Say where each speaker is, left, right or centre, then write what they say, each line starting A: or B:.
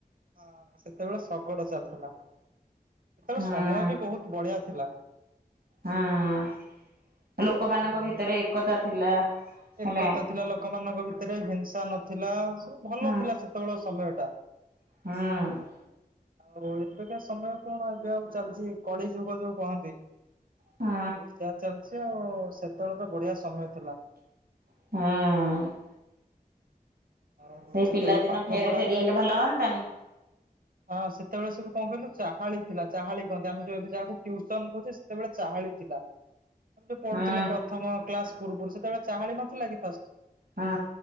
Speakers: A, on the right (about 65°); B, on the right (about 80°).
A: ହଁ ସେତେବେଳେ ଶଗଡ଼ ଚାଲୁଥିଲା। ସେତେବେଳେ
B: ହୁଁ
A: ସମୟ ବି ବହୁତ ବଢିଆ ଥିଲା।
B: ହଁ ଲୋକମାନଙ୍କ
A: ଆଉ
B: ଭିତରେ ଏକତା ଥିଲା। ହେଲା
A: ଏକତା ଥିଲା ଲୋକମାନଙ୍କ ଭିତରେ ହିଂସା ନଥିଲା ସବୁ ଭଲ
B: ହୁଁ
A: ଥିଲା। ସେତେବେଳ ସମୟ ଟା‌।
B: ହୁଁ।
A: ଆଉ ଏବେକା ସମୟ କଣ ଏବେ ଆଉ ଚାଲିଛି କଳି ଯୁଗ ଯୋଉ କହନ୍ତି।
B: ହୁଁ
A: ସେୟା ଚାଲିଛି ଆଉ ସେତେବେଳେ ତ ବଢିଆ ସମୟ ଥିଲା।
B: ହଁ।
A: ଆଉ
B: ସେଇ
A: ସେତେବେଳେ
B: ପିଲା ଦିନ
A: ପାଠ
B: ଫେରେ
A: ପଢା
B: ଫେରି
A: ବି
B: ଆଇଲେ ଭଲ ହଅନ୍ତାନି।
A: ହଁ ସେତେବେଳେ ସବୁ କଣ କହିଲୁ ଚାହାଳି ଥିଲା, ଚାହାଳି କହନ୍ତି ଆମ ଯୋଉଠି ଯାହାକୁ ଟ୍ୟୁସନ କୋହୁଚେ। ସେତେବେଳେ ଚାହାଳି ଥିଲା। ଆମେ ଯୋଉ ପଢୁଥିଲେ
B: ହୁଁ।
A: ପ୍ରଥମ କ୍ଲାସ୍ ପୂର୍ବରୁ ସେତେବେଳେ ଚାହାଳି ନଥିଲା କି ଫାଷ୍ଟ୍?
B: ହଁ